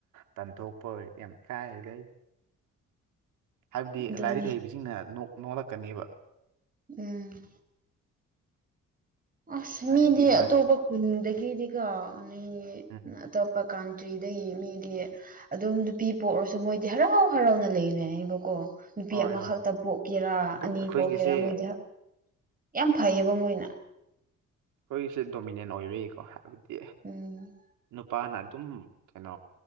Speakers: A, on the right (about 85°); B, on the right (about 30°).
A: ꯇꯟꯊꯣꯛꯄ ꯌꯥꯝꯦꯝ ꯀꯥꯏ ꯂꯩ ꯍꯥꯏꯕꯗꯤ
B: ꯑꯗꯨꯅꯤ
A: ꯂꯥꯏꯔꯤꯛ ꯍꯩꯕꯁꯤꯡꯅ ꯅꯣꯛꯂꯛꯀꯅꯦꯕ
B: ꯎꯝ ꯑꯁ
A: ꯍꯥꯏꯗꯤꯕ
B: ꯃꯤꯗꯤ ꯑꯇꯣꯞꯄ ꯈꯨꯟꯗꯒꯤꯗꯤꯒ ꯑ
A: ꯎꯝ
B: ꯑꯇꯣꯞꯄ ꯀꯟꯇ꯭ꯔꯤꯗꯒꯤ ꯃꯤꯗꯤ ꯑꯗꯨꯝ ꯅꯨꯄꯤ ꯄꯣꯛꯔꯁꯨ ꯃꯣꯏꯗꯤ ꯍꯔꯥꯎ ꯍꯔꯥꯎꯅ ꯂꯩꯅ ꯑꯩꯕꯀꯣ ꯅꯨꯄꯤ
A: ꯍꯣꯏ
B: ꯑꯃꯈꯛꯇ
A: ꯍꯣꯏ
B: ꯄꯣꯛꯀꯦꯔꯥ
A: ꯑꯗꯨꯝ
B: ꯑꯅꯤ
A: ꯑꯩꯈꯣꯏꯒꯤꯁꯦ
B: ꯄꯣꯛꯀꯦꯔꯥ ꯃꯣꯏꯗꯤ ꯍ ꯌꯥꯝ ꯐꯩꯌꯦꯕ ꯃꯣꯏꯅ
A: ꯑꯩꯈꯣꯏꯁꯦ ꯗꯣꯃꯤꯅꯦꯟ ꯑꯣꯏꯔꯀꯣ ꯍꯥꯏꯕꯗꯤ
B: ꯎꯝ
A: ꯅꯨꯄꯥꯅ ꯑꯗꯨꯝ ꯀꯩꯅꯣ